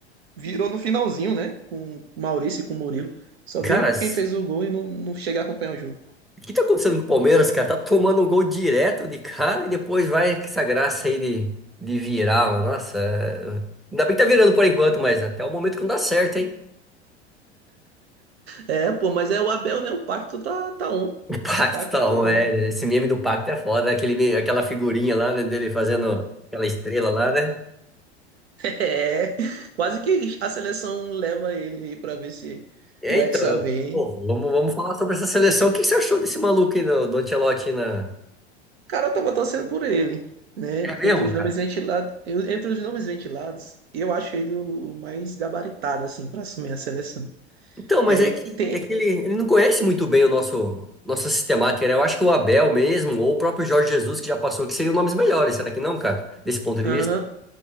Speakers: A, on the right; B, in the centre.
A: Virou no finalzinho, né? Com o Maurício e com o Murilo. Só
B: Cara,
A: viu
B: se-
A: quem fez o gol e não, não cheguei a acompanhar o jogo.
B: o que tá acontecendo com o Palmeiras, cara? Tá tomando um gol direto de cara e depois vai com essa graça aí de, de virar, mano. Nossa, é- ainda bem que tá virando por enquanto, mas até o momento que não dá certo, hein? <laughs>
A: É, pô, mas é o Abel, né? O pacto tá, tá on. O
B: O Pacto
A: pacto
B: tá
A: tá
B: on,
A: on.
B: é.
A: <laughs>
B: Esse meme do Pacto é foda, né? Aquele, me- aquela figurinha lá, né, dele fazendo aquela estrela lá, né?
A: É, quase que a seleção leva ele aí pra ver se
B: É,
A: o
B: então,
A: Hexa
B: eu-
A: vem.
B: pô, vamos, vamos falar sobre essa seleção. O que que você achou desse maluco aí, no- do Ancelotti na...
A: O cara tava torcendo por ele, né?
B: É mesmo,
A: Entre os
B: cara?
A: nomes ventilados, entre os nomes ventilados, eu acho ele o o mais gabaritado, assim, para assumir a seleção.
B: Então, mas
A: É,
B: é que,
A: tem,
B: é que ele, ele não conhece muito bem o nosso, nossa sistemática, né? Eu acho que o Abel mesmo, ou o próprio Jorge Jesus, que já passou, que seriam nomes melhores, será que não, cara? Desse ponto
A: aham,
B: de vista?